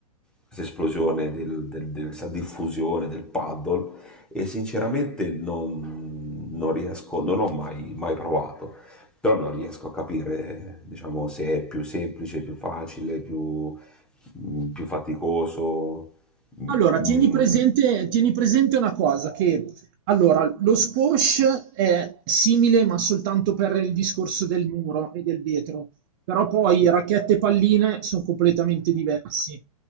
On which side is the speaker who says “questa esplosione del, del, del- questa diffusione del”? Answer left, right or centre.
Centre